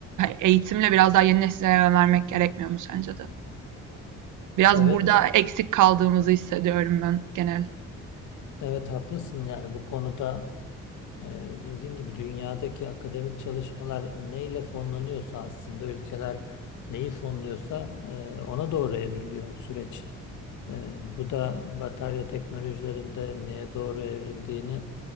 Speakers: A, on the right; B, on the left.
A: eğitimle biraz daha yeni nesillere yönelmek gerekmiyor mu sence de? Biraz
B: Evet,
A: burada eksik kaldığımızı hissediyorum ben genel.
B: evet haklısın yani bu konuda Ee, dediğin gibi dünyadaki akademik çalışmalar neyle fonlanıyorsa aslında ülkeler neyi fonluyorsa e, ona doğru evriliyor süreç. E, bu da batarya teknolojilerinde neye doğru evrildiğini